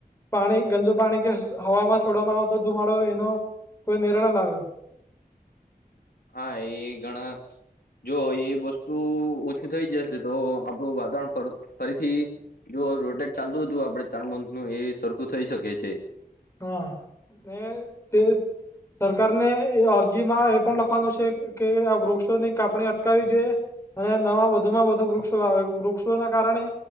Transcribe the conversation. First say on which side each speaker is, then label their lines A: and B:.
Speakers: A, on the left; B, on the left.
A: પાણી ગંદુ પાણી કે હમાં છોડવામાં આવે તો ધુમાડો એનો કોઈ નિર્ય લાવે.
B: હા એ ઘણા જો એ વસ્તુ ઓછું થઈ જશે તો આપણું વાતાવરણ ફરીથી જો રોટેટ ચાલુ હતું આપડે ચાર મંથ નું એ સરખું થઇ શકે છે.
A: હા, ને તે સરકાર ને અરજીમાં એ પણ લખવાનું છે. કે આ વૃક્ષોને કાપણી અટકાવી જોઈએ. અને નવા વધુમાં વધુ વૃક્ષો આવે વૃક્ષોના કારણે,